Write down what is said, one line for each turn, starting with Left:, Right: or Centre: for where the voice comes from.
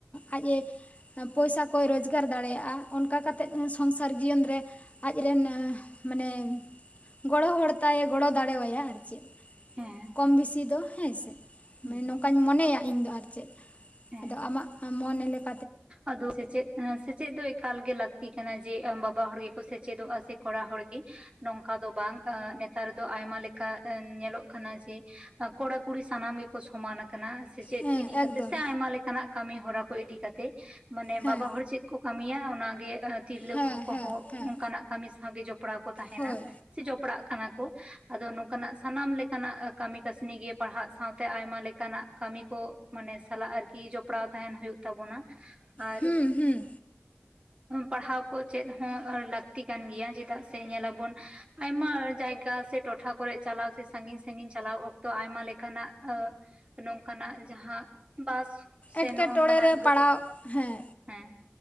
Left: ᱟᱡ ᱮ ᱯᱚᱭᱥᱟ ᱠᱚᱭ ᱨᱳᱡᱽᱜᱟᱨ ᱫᱟᱲᱮᱭᱟᱜ-ᱟ ᱚᱱᱠᱟ ᱠᱟᱛᱮᱜ ᱦᱚ ᱥᱚᱝᱥᱟᱨ ᱡᱤᱭᱚᱱ ᱨᱮ ᱟᱡᱨᱮᱱ ᱮ ᱢᱟᱱᱮ ᱜᱚᱲᱚ ᱦᱚᱲ ᱛᱟᱭ ᱜᱚᱲᱚ ᱫᱟᱲᱮᱣᱟᱭᱟ ᱟᱨ ᱪᱮᱫ,
Right: ᱦᱮᱸ
Left: ᱠᱚᱢ ᱵᱤᱥᱤ ᱫᱚ ᱦᱮᱸ ᱥᱮ?
Right: ᱦᱩᱸ
Left: ᱢᱟᱱᱮ ᱱᱚᱝᱠᱟᱧ ᱢᱚᱱᱮᱭᱟ ᱤᱧ ᱫᱚ ᱟᱨ ᱪᱮᱫ
Right: ᱦᱮᱸ
Left: ᱟᱫᱚ ᱟᱢᱟᱜ ᱢᱚᱱᱮ ᱞᱮᱜ
Right: ᱟᱫᱚ ᱥᱮ ᱥᱮᱪᱮ ᱥᱮᱪᱮᱫ ᱫᱚ ᱮᱠᱟᱞ ᱜᱮ ᱞᱟᱹᱠᱛᱤ ᱠᱟᱱᱟ ᱡᱮ ᱟᱢ ᱵᱟᱵᱟ ᱦᱚᱲ ᱜᱮᱠᱚ ᱥᱮᱪᱮᱫᱚᱜ-ᱟ ᱥᱮ ᱠᱚᱲᱟ ᱦᱚᱲ ᱜᱮ᱾ ᱱᱚᱝᱠᱟ ᱫᱚ ᱵᱟᱝ ᱟ ᱱᱮᱛᱟᱨ ᱫᱚ ᱟᱭᱢᱟ ᱞᱮᱠᱟ ᱧᱮᱞᱚᱜ ᱠᱟᱱᱟ ᱡᱮ, ᱠᱚᱲᱟ ᱠᱩᱲᱤ ᱥᱟᱱᱟᱢ ᱜᱮᱠᱚ ᱥᱚᱢᱟᱱ ᱟᱠᱟᱱᱟ᱾ ᱥᱮᱪᱮᱫ
Left: ᱦᱮᱸ
Right: ᱤᱫᱤ ᱠᱟᱛᱮ
Left: ᱮᱠᱫᱚᱢ
Right: ᱥᱮ ᱟᱭᱢᱟ ᱞᱮᱠᱟᱱᱟᱜ ᱠᱟᱹᱢᱤ ᱦᱚᱨᱟ ᱠᱚ ᱤᱫᱤ ᱠᱟᱛᱮᱜ ᱢᱟᱱᱮ
Left: ᱦᱮᱸ
Right: ᱵᱟᱵᱟ ᱦᱚᱲᱚᱲ ᱪᱮᱫ ᱠᱚ ᱠᱟᱹᱢᱤᱭᱟ ᱚᱱᱟᱜᱮ ᱛᱤᱨᱞᱟᱹ
Left: ᱦᱮᱸ
Right: ᱠᱚᱦᱚᱸ
Left: ᱦᱮᱸ ᱦᱮᱸ
Right: ᱚᱱᱠᱟᱱᱟᱜ ᱠᱟᱹᱢᱤ ᱥᱟᱶᱜᱮ ᱡᱚᱵ ᱯᱲᱟᱣ ᱠᱚ ᱛᱟᱦᱮᱱᱟ
Left: ᱦᱳᱭ
Right: ᱥᱮ ᱡᱚᱯᱲᱟᱜ ᱠᱟᱱᱟ ᱠᱚ ᱟᱫᱚ ᱱᱚᱝᱠᱟᱱᱟᱜ ᱥᱟᱱᱟᱢ ᱞᱮᱠᱟᱱᱟᱜ ᱠᱟᱹᱢᱤ ᱠᱟᱹᱥᱱᱤ ᱜᱮ ᱯᱟᱲᱦᱟᱜ ᱥᱟᱶᱛᱮ ᱟᱭᱢᱟ ᱞᱮᱠᱟᱱᱟᱜ ᱠᱟᱹᱢᱤ ᱠᱚ ᱢᱟᱱᱮ ᱥᱟᱞᱟᱜ ᱟᱨᱠᱤ ᱡᱚᱯᱲᱟᱣ ᱛᱟᱦᱮᱱ ᱦᱩᱭᱩᱜ ᱛᱟᱵᱳᱱᱟ᱾ ᱟᱨ
Left: ᱦᱩᱸ ᱦᱩᱸ
Right: ᱯᱟᱲᱦᱟᱣ ᱠᱚ ᱪᱮᱫᱽ ᱦᱚᱸ ᱞᱟᱹᱠᱛᱤ ᱠᱟᱱ ᱜᱮᱭᱟ ᱪᱮᱫᱟᱜ ᱥᱮ ᱧᱮᱞᱟᱵᱚᱱ ᱟᱭᱢᱟ ᱡᱟᱭᱜᱟ ᱥᱮ ᱴᱚᱴᱷᱟ ᱠᱚᱨᱮᱜ ᱪᱟᱞᱟᱣ ᱥᱮ ᱥᱟᱜᱤᱧ ᱥᱟᱜᱤᱧ ᱪᱟᱞᱟᱣ ᱚᱠᱛᱚ ᱟᱭᱢᱟ ᱞᱮᱠᱟᱱᱟᱜ ᱱᱚᱝᱠᱟᱱᱟᱜ ᱡᱟᱦᱟᱸ ᱵᱟᱥ, ᱥᱮ
Left: ᱮᱴᱠᱮᱴᱚᱬᱮᱸ
Right: ᱱᱚᱜᱝᱠᱟᱱᱟᱜ
Left: ᱨᱮ ᱯᱟᱲᱟᱣ, ᱦᱮᱸ᱾
Right: ᱦᱮᱸ